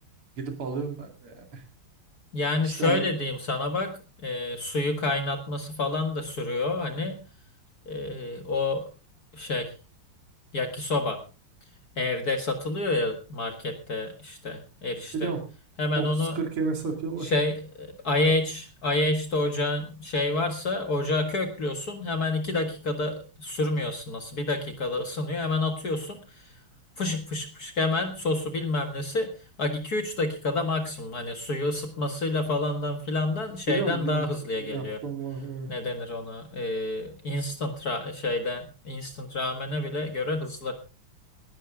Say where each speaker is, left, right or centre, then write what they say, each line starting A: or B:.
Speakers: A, on the right; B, on the left.
A: gidip alıyorum ben de yani.
B: Yani
A: İşte
B: şöyle
A: hani-
B: diyeyim sana bak e, suyu kaynatması falan da sürüyor hani e, o şey yakisoba. Evde satılıyor ya markette işte erişte.
A: biliyorum
B: Hemen
A: Otuz
B: onu
A: kırk yene satıyorlar.
B: şey e, IH, IH'de ocağın şey varsa ocağa köklüyorsun. Hemen iki dakikada sürmüyorsun nasıl Bir dakikada ısınıyor. Hemen atıyorsun. Fışık fışık fışık hemen sosu bilmem nesi. Bak 2-3 dakikada maksimum. Hani suyu ısıtmasıyla falandan filandan şeyden
A: Biliyorum biliyorum
B: daha hızlıya geliyor.
A: yaptığım var evet.
B: Ne denir ona? Ee, instant ra- şeyden instant ramene bile göre hızlı.